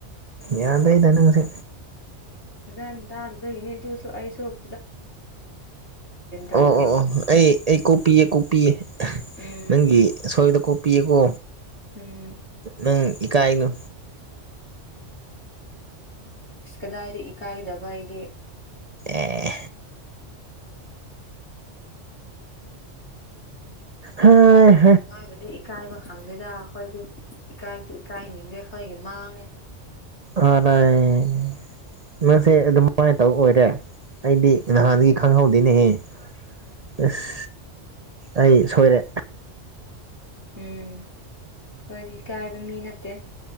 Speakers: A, on the right (about 40°); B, on the left (about 65°).
A: ꯌꯥꯗꯩ ꯊꯅ ꯉꯁ
B: ꯑꯗꯨ ꯇ ꯑꯗꯨꯕꯒꯤꯅꯦ ꯑꯗꯨꯁꯨꯣ ꯑꯁꯨ ꯇꯥꯗꯕ
A: ꯑꯣ ꯑꯣ ꯑꯣ ꯑꯩ ꯑꯩ ꯀꯣꯄꯤ ꯀꯣꯄꯤ
B: ꯎꯝ
A: ꯅꯪꯒꯤ ꯁꯣꯏꯗ ꯀ ꯄꯤꯌꯦꯀꯣ
B: ꯎꯝ
A: ꯅꯪ ꯏꯀꯥꯏꯅꯨ
B: ꯀꯗꯥꯏꯗ ꯏꯀꯥꯏꯗꯕ ꯍꯥꯏꯗꯤ
A: ꯑꯦ ꯍꯥ
B: ꯅꯣꯏꯕꯨꯗꯤ ꯏꯀꯥꯏꯕ ꯈꯪꯗꯦꯗ ꯑꯩꯈꯣꯏꯗꯤ ꯏꯀꯥꯏꯁꯨ ꯏꯀꯥꯏꯅꯤꯡꯗꯦ ꯑꯩꯈꯣꯏꯒꯤ ꯃꯥꯡꯉꯦ
A: ꯑ ꯂꯩ ꯅꯁꯦ ꯑꯗꯨꯃꯥꯏꯅ ꯇꯧ ꯑꯣꯏꯔꯦ ꯑꯩꯗꯤ ꯅꯍꯥꯟꯗꯒꯤ ꯈꯪꯍꯧꯗꯦꯅꯦꯍ ꯏꯁꯁ ꯑꯩ ꯁꯣꯏꯔꯦ
B: ꯎꯝ ꯍꯥꯏꯣꯏꯗꯤ ꯏꯀꯥꯏꯕ ꯃꯤ ꯅꯠꯇꯦ